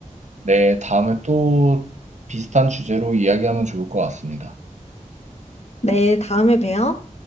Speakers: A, on the right (about 60°); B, on the left (about 55°).
A: 네, 다음에 또 비슷한 주제로 이야기하면 좋을 것 같습니다.
B: 네, 다음에 봬요.